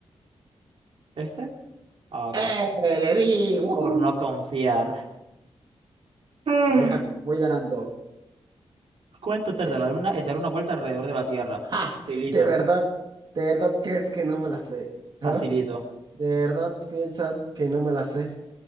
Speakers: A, on the right (about 70°); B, on the right (about 45°).
A: ¿este? Ah, Castro.
B: ¡Eh! Le di. ¡Woohoo!
A: Por no confiar. <sighs> Ah.
B: Voy gan- voy ganando.
A: ¿Cuánto tarda
B: Es-
A: la luna en dar una vuelta alrededor de la Tierra?
B: ¡Ja!
A: Facilito,
B: De verdad, de verdad crees que no me la sé.
A: facilito.
B: ¿Ah? De verdad piensan que no me la sé.